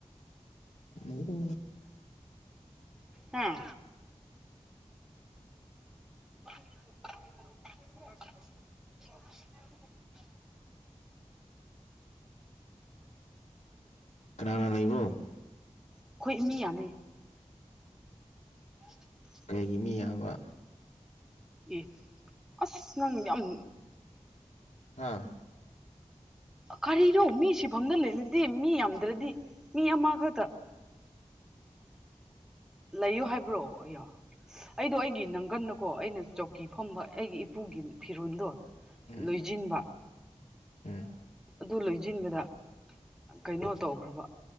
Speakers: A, on the left; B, in the centre.
A: ꯂꯩꯔ
B: ꯍꯥꯝ ꯁꯣ ꯑꯣ <inaudible>
A: ꯀꯅꯥꯅ ꯂꯩꯕꯣ
B: ꯑꯩꯈꯣꯏ ꯏ ꯃꯤ ꯌꯥꯅꯤ <inaudible>
A: ꯀꯩꯒꯤ ꯃꯤ ꯌꯥꯝꯕ
B: ꯑꯦ ꯑꯁ ꯅꯪ ꯌꯥꯝ
A: ꯍꯥꯥ
B: ꯀꯔꯤꯅꯣ ꯃꯤ ꯁꯤꯐꯝꯗ ꯂꯩꯔꯗꯤꯦ ꯃꯤ ꯌꯥꯝꯗ꯭ꯔꯗꯤ ꯃꯤ ꯑꯃꯈꯛꯇ ꯂꯩꯌꯣ ꯍꯥꯏꯕ꯭ꯔꯣ ꯑꯌꯣ ꯑꯩꯗꯣ ꯑꯩꯒꯤ ꯅꯪꯒꯟꯅꯀꯣ ꯑꯩꯅ ꯆꯧꯀꯤ ꯐꯝꯕ ꯑꯩꯒꯤ ꯏꯄꯨꯒꯤ ꯐꯤꯔꯣꯜꯗꯣ
A: ꯎꯝ
B: ꯂꯣꯏꯁꯤꯟꯕ
A: ꯎꯝ
B: ꯑꯗꯨ ꯂꯣꯏꯁꯤꯟꯕꯗ ꯀꯩꯅꯣ ꯇꯧꯈ꯭ꯔꯕ